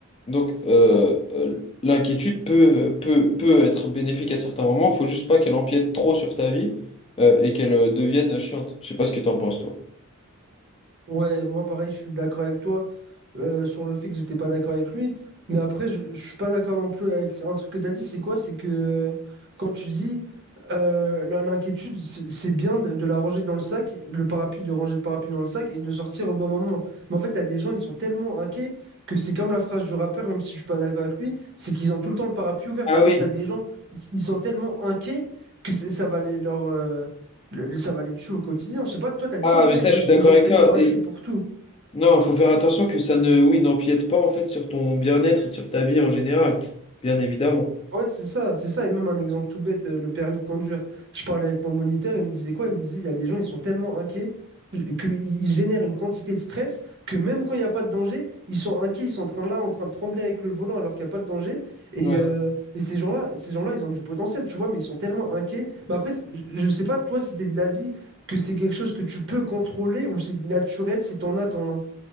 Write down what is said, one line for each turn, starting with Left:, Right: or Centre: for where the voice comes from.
Left: Donc, euh, euh, l'inquiétude peut, peut, peut être bénéfique à certains moments. Faut juste pas qu'elle empiète trop sur ta vie, euh, et qu'elle euh, devienne chiante. Je sais pas ce que t'en penses, toi.
Right: Ouais, moi pareil, je suis d'accord avec toi. euh, sur le fait que j'étais pas d'accord avec lui. Mais après, je, je suis pas d'accord non plus avec un truc que tu as dit, c'est quoi? C'est que euh, quand tu dis euh, l'in- l'inquiétude, c'est c'est bien de, de la ranger dans le sac, le parapluie, de ranger le parapluie dans le sac et de le sortir au bon moment. Mais en fait, tu as des gens, ils sont tellement inquiets que c'est comme la phrase du rappeur, même si je suis pas d'accord avec lui, c'est qu'ils ont tout le temps le parapluie ouvert.
Left: Ah
Right: Par exemple,
Left: oui,
Right: tu as des gens, ils, ils sont tellement inquiets que c'est- ça va les, leur, euh, le- le- ça va les tuer au quotidien. Je sais pas, toi, tu as dû
Left: ah
Right: en connaître
Left: mais ça
Right: des,
Left: je suis
Right: des
Left: d'accord
Right: gens
Left: avec
Right: tellement
Left: toi.
Right: inquiets
Left: Et
Right: pour tout.
Left: Non, il faut faire attention que ça ne, oui, n'empiète pas en fait sur ton bien-être et sur ta vie en général, bien évidemment.
Right: Ouais, c'est ça, c'est ça. Et même un exemple tout bête, euh, le permis de conduire. Je parlais avec mon moniteur, il me disait quoi? Il me disait, il y a des gens, ils sont tellement inquiets qu'ils génèrent une quantité de stress que même quand il n'y a pas de danger, ils sont inquiets, ils sont en train là, en train de trembler avec le volant alors qu'il n'y a pas de danger. Et,
Left: Ouais.
Right: euh, et ces gens-là, ces gens-là, ils ont du potentiel, tu vois, mais ils sont tellement inquiets. Bah après, c'est- je ne sais pas, toi, si tu es de l'avis que c'est quelque chose que tu peux contrôler ou c'est naturel, si t'en as, t'en as.